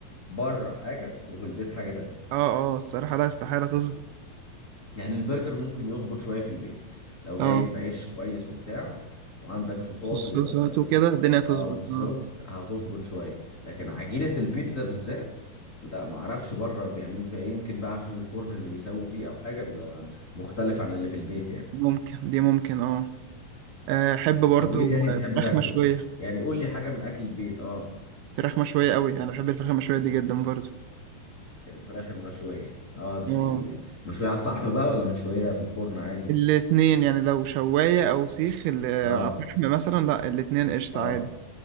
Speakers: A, on the left; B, on the right.
A: بره حاجة وفي البيت حاجة تانية
B: اه اه الصراحه لا استحاله تظبط
A: يعني البرجر ممكن يظبط شوية في البيت لو جايب
B: اه
A: عيش كويس وبتاع وعندك صوصات
B: الصوصات
A: و
B: وكده الدنيا تظبط
A: اه بالظبط
B: اه
A: هتظبط شوية لكن عجينة البيتزا بالذات لا ما اعرفش بره بيعملوا فيها ايه يمكن بقى عشان الفرن اللي بيسووا فيه او حاجة بيبقى مختلف عن اللي في البيت يعني
B: ممكن دي ممكن اه آه، احب برضو
A: طب وايه تاني
B: آه،
A: بتحب
B: فراخ
A: تاكله
B: مشويه
A: يعني قول لي حاجة من اكل البيت اه
B: فراخ مشويه قوي انا بحب الفراخ المشويه دي جدا برضو
A: الفراخ المشوية اه دي
B: اه
A: مشوية على الفحم بقى ولا مشوية في الفرن عادي
B: الاتنين يعني لو شوايه او سيخ ال- آه،
A: اه
B: فحم مثلا لا الاتنين قشطه
A: اه
B: عادي